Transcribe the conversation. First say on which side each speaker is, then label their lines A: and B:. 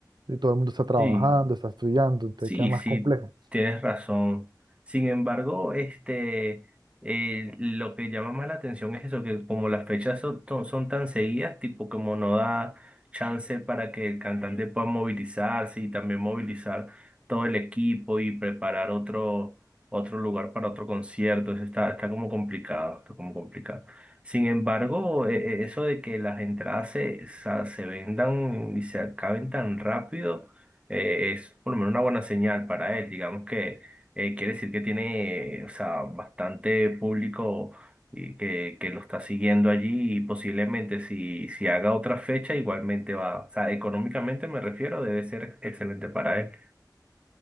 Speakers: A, on the right; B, on the right.
A: Eh, Todo el mundo está trabajando,
B: Sí,
A: está estudiando, entonces
B: Sí,
A: queda más
B: sí,
A: complejo.
B: tienes razón. Sin embargo, este, eh, lo que llama más la atención es eso, que como las fechas son, son- son tan seguidas, tipo como no da chance para que el cantante pueda movilizarse y también movilizar todo el equipo y preparar otro, otro lugar para otro concierto. Eso está, está como complicado, está como complicado. Sin embargo, e- e- eso de que las entradas se, sa- se vendan y se acaben tan rápido eh, es por lo menos una buena señal para él. Digamos que eh, quiere decir que tiene, eh, o sea, bastante público y que, que lo está siguiendo allí y posiblemente si, si haga otra fecha igualmente va, o sea, económicamente me refiero, debe ser excelente para él.